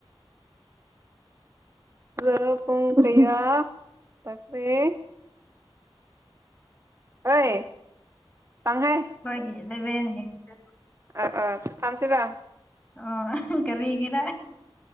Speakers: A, on the right (about 30°); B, on the left (about 20°).
A: ꯑ ꯄꯣꯡ ꯀꯌꯥ ꯇꯈꯔꯦ ꯑꯣꯏ ꯇꯉꯥꯏ
B: ꯑꯩꯈꯣꯏꯒꯤ ꯏꯂꯚꯦꯟ ꯍꯦꯟꯈ꯭ꯔꯦ
A: ꯑ ꯑ ꯊꯝꯁꯤꯕ
B: ꯑꯣ ꯀꯔꯤꯒꯤꯔꯥ